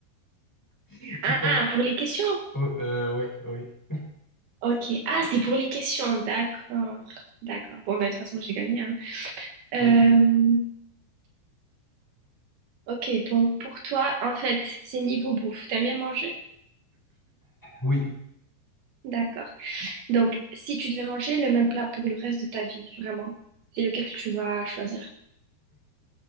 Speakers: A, in the centre; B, on the right.
A: <laughs> tu
B: Ah,
A: commences.
B: pour les questions?
A: Oh, euh, oui, oui.
B: Ok. Ah, c'est pour les questions. D'accord. D'accord. Bon, ben, de toute façon, j'ai gagné. hein. Euh,
A: Ok.
B: ok. Donc, pour toi, en fait, c'est niveau bouffe. T'aimes bien manger?
A: Oui,
B: D'accord. Donc, si tu devais manger le même plat pour le reste de ta vie, vraiment, c'est lequel que tu vas choisir?